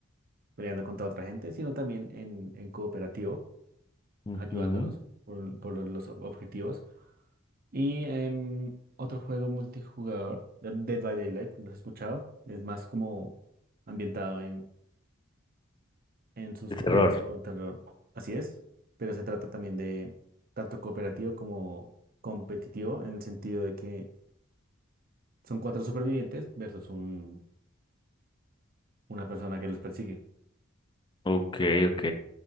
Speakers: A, on the right (about 45°); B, on the left (about 20°).
A: peleando contra otra gente, sino también en, en cooperativo,
B: ujú,
A: ayudándonos por, por los ob- objetivos. Y em, otro juego multijugador, Dead by Daylight, ¿lo has escuchado? Es más como ambientado en suspenso
B: De terror.
A: o terror. Así es, pero se trata también de tanto cooperativo como competitivo en el sentido de que son cuatro supervivientes versus un, una persona que los persigue.
B: Ok, ok.